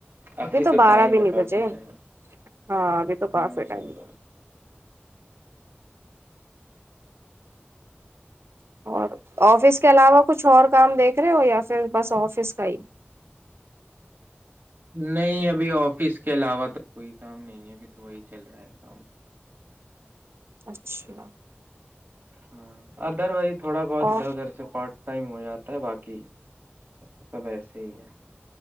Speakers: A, on the right; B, on the right.
A: ابھی تو
B: بارہ
A: ٹائم
B: بھی
A: ہے
B: نہیں
A: کافی
B: بجے
A: ٹائم
B: ہاں اگے تو پاس
A: وہی
B: ہے ائم
A: بات
B: اور آفس کے علاوہ کچھ اور کام دیکھ رہے ہو یا پھر بس آفس کا ہی
A: نہیں ابھی آفس کے علاوہ تو کوئی کام نہیں ہے ابھی تو وہی چل رہا ہے کام
B: اچھا
A: ہاں ادر وز تھوڑا بہت ادھر
B: اور
A: ادھر سے پارٹ ٹائم ہو جاتا ہے باقی تو سب ایسے ہی ہے